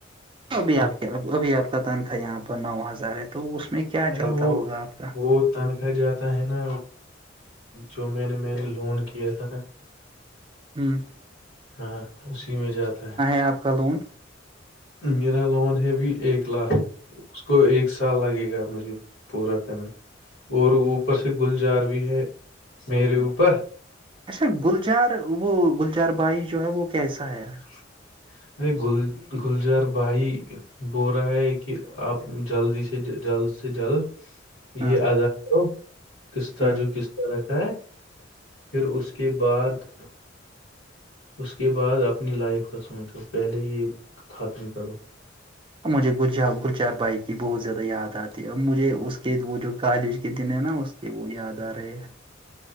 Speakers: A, on the right; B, on the left.
A: ابھی
B: ہر
A: آپ کے ابھی آپ کا تنخوا یہاں پر نو ہزار ہے تو اس میں کیا
B: ارے
A: چلتا
B: وہ
A: ہوگا آپ کا
B: وہ تنخواہ جاتا ہے نا جو میں نے میں نے لون کیا تھا
A: ہوں <inaudible>
B: ہاں اسی میں جاتا ہے
A: آپ کا لون
B: میرا لون ہے بھی ایک لاکھ اس کو ایک سال لگے گا مجھے پورا کرنے اور اوپر سے گل جار بھی ہے میرے اوپر
A: اچھا گلجار وہ گلجار بائی جو ہے وہ کیسا ہے آج <unintelligible>
B: ہ <inaudible> ارے گل گلزار بھائی بول رہا ہے کہ آپ جلدی سے جلد سے جلد
A: ہاں
B: یہ اداو قسطتا
A: ہاں
B: جو کسط <unintelligible> رکھا ہے پھر اس کے بعد اس کے بعد اپنی لائف کا سوچو پہلے یہ ختم کرو
A: اب مجھے گج گلجار بائک کی بہت زیادہ یاد آتی ہے اب مجھے اس کے وہ جو کالج <unintelligible> کے دن ہے نا اس کے وہ یاد آ رہے ہے